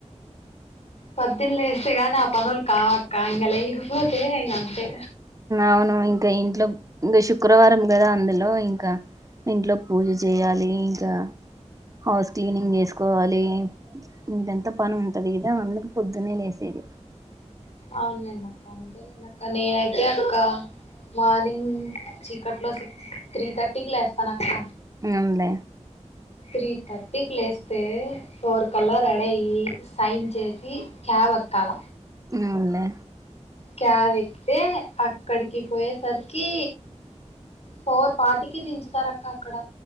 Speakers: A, on the left (about 60°); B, on the right (about 25°).
A: పోద్దుని లేస్తే గాని ఆ పనులు కావక్క ఇంకా లేకపోతే ఇ అంతే
B: అవును ఇంకా ఇంట్లో ఇంకా శుక్రవారం కదా అందులో ఇంకా ఇంట్లో పూజ చేయాలి ఇంకా హౌస్ క్లీనింగ్ చేసుకోవాలి ఇదంతా పని ఉంటది కదా అందకు పొద్దునే లేసేది.
A: అవునండి అక్క అంతేలేం అక్క నేనైతే అక్క మార్నింగ్ చీకట్లో సిక్స్ త్రీ థర్టీకి లేస్తానక్క
B: ఎమ్లె
A: త్రీ థర్టీకి లేస్తే ఫోర్ కలా రెడయ్యి సైన్ చేసి క్యాబ్ ఎక్కాల
B: అవులే
A: క్యావ్ ఎక్తే అక్కడికి పోయేసరికి ఫోర్ ఫార్టీకి దించుతారక్క